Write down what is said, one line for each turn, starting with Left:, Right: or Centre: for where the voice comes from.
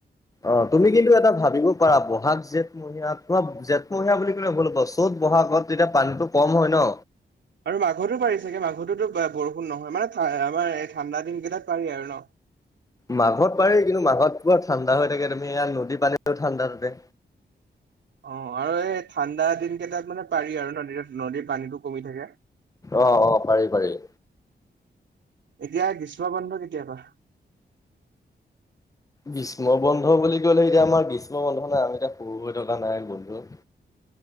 Left: অ' তুমি কিন্তু এটা ভাবিব পাৰা ব'হাগ-জেঠ তোমাৰ জেঠমহীয়া বুলি ক'লে ভুল হ'ব, চ'ত-বহাগত তেতিয়া পানীটো কম হয় ন।
Right: আৰু মাঘতো পাৰি চাগে, মাঘটোতো বৰষুণ নহয় মানে আমাৰ এই ঠাণ্ডা দিন কেইটাত পাৰি আৰু ন।
Left: মাঘত পাৰি, কিন্তু মাঘত পুৰা ঠাণ্ডা হৈ থাকে তুমি ইয়াত নদী পানীও ঠাণ্ডা থাকে।
Right: অ' আৰু এই ঠাণ্ডা দিন কেইটাত মানে পাৰি আৰু ন-নদীত পানীটো কমি থাকে।
Left: অ', অ' পাৰি পাৰি।
Right: এতিয়া গ্ৰীষ্ম বন্ধ কেতিয়াপা?
Left: গ্ৰীষ্ম বন্ধ বুলি কলে এতিয়া আমাৰ গ্ৰীষ্ম বন্ধ নাই। আমি এতিয়া সৰু হৈ থকা নাই বন্ধু!